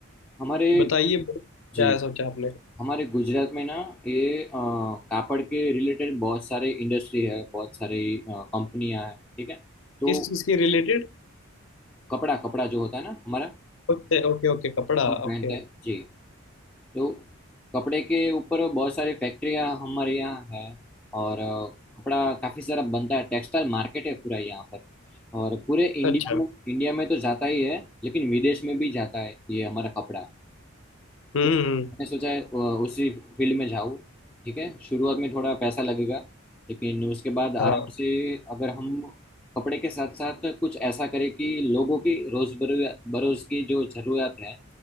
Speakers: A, in the centre; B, on the left (about 65°).
A: हमारे
B: बताइए क्या
A: जी
B: सोचा आपने
A: हमारे गुजरात में ना ये अ, कापड़ के रिलेटेड बहुत सारे इंडस्ट्री है बहुत सारी कंपनियां हैं ठीक है तो
B: किस चीज़ के रिलेटेड
A: कपड़ा कपड़ा जो होता है ना हमारा
B: ओके ओके ओके कपड़ा
A: वो पहनते
B: ओके
A: हैं जी तो कपड़े के ऊपर बहुत सारी फैक्ट्रियां हमारे यहाँ है और अ, कपड़ा काफी सारा बनता है टेक्सटाइल मार्केट है पूरा यहाँ पर और पूरे इंडिया
B: अच्छा
A: में इंडिया में तो जाता ही है लेकिन विदेश में भी जाता है ये हमारा कपड़ा
B: हम्म
A: तो
B: हम्म,
A: मैंने सोचा है, अ, उसी फील्ड में जाऊँ ठीक है शुरुआत में थोड़ा पैसा लगेगा लेकिन उसके बाद आराम
B: हाँ
A: से अगर हम कपड़े के साथ साथ कुछ ऐसा करें कि लोगों की रोज बरो- बरोज की जो जरूरत है